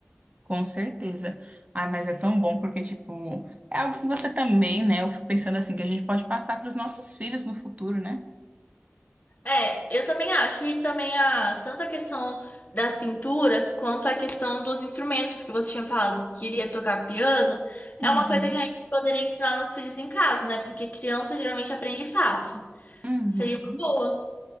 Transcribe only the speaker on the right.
Com certeza. Ai, mas é tão bom porque, tipo, é algo que você também, né? Eu fico pensando assim, que a gente pode passar para os nossos filhos no futuro, né?
Uhum.
Uhum.